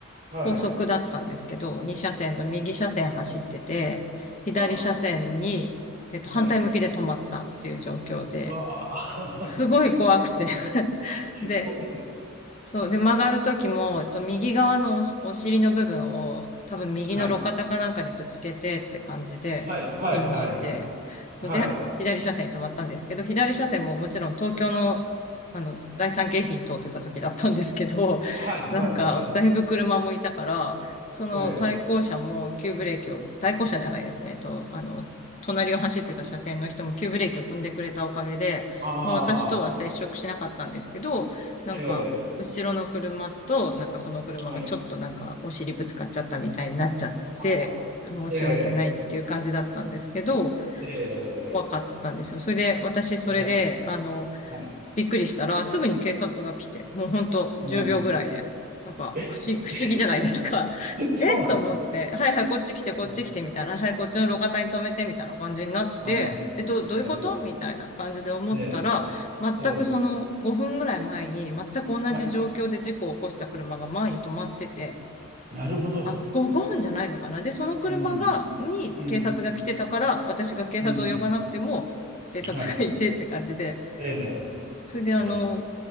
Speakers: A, on the right (about 40°); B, on the left (about 35°).
A: はい、
B: 高速だったんですけど、2車線の右車線走ってて、
A: はい、
B: 左車線に、
A: わあ、
B: えっと、反対向きで止まったっていう状況で、
A: はい、わあ、
B: すごい怖くて。
A: <laughs> そう
B: <laughs> で、
A: 怖いですね。
B: そう。
A: はい。
B: で、曲がるときも、えっと、右側のおし、お尻の部分を、多分右の路肩かなんかにぶつけてって感じで、
A: はい。はいはいはいはい。
B: ピンして、そうで、
A: はい。
B: 左車線に止まったんですけど、左車線ももちろん東京の、あの、第三京浜通ってた時だったんですけど、
A: はいはいはい。
B: <laughs> なんか、だいぶ車もいたから、その対向車も急ブレーキを、
A: ええ。
B: 対向車じゃないですね、えっと、あの、隣を走ってた車線の人も急ブレーキを踏んでくれたおかげで、
A: ああ、
B: まあ私とは接触しなかったんですけど、なんか、
A: ええ、
B: 後ろの車と、なんかその車がちょっとなんかお尻ぶつかっちゃったみたいになっちゃって、
A: はい。ああ、
B: 申し訳ないっていう感じだったんですけど、
A: ええ、ええええ
B: 怖かったんですよ。それで、私それで、
A: 怖いですね。
B: あの、
A: はい。
B: びっくりしたら、すぐに警察が来て、もうほんと10秒ぐらいで。
A: うん。
B: なんか、
A: え、
B: 不思、不思議じゃないですか。
A: え、そうなんです。
B: <laughs> えっと思って、
A: <laughs> そうなんです。
B: はいはい、こっち来て、こっち来て、
A: ね
B: みたいな。はい、こっちの路肩に止めて、みたいな感じになって、
A: はい。
B: え、どう、どういうことみたいな感じで思ったら、
A: ええ、え
B: 全くその5分ぐらい前に、
A: え、ええ、
B: 全く同じ状況で事故を起こした車が前に止まってて、
A: はい。なるほど。
B: あ、5、5分じゃないのかな。で、その車が、
A: うーん。
B: に警察が来てたから、
A: うん、
B: 私が警察を呼ばなくても、
A: うん。
B: 警察がいてって感じで、
A: はい。ええ、
B: それであの、
A: ええ。